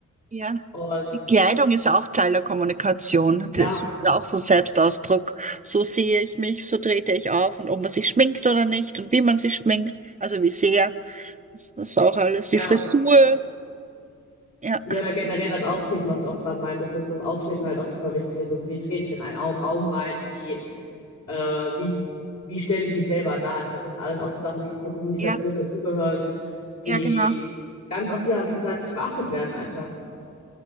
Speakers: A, on the right; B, on the left.
A: Ja.
B: Und
A: Die Kleidung ist auch Teil der Kommunikation. Das
B: ja,
A: ist auch so Selbstausdruck. So sehe ich mich, so trete ich auf und ob man sich schminkt oder nicht und wie man sich schminkt, also wie sehr. Das ist auch alles. Die
B: ja,
A: Frisur. Ja,
B: ja, oder generell das Auftreten, was du auch gerade meintest, dass das Auftreten halt auch super wichtig ist. Also wie trete ich in einen Au- Raum rein, wie, äh, wie, wie stelle ich mich selber dar? Ich glaube, das sind alles auch so Sachen, die zur Kommunikation
A: ja,
B: dazugehören,
A: ja,
B: die
A: genau.
B: ganz oft, ja, wie gesagt, nicht beachtet werden einfach.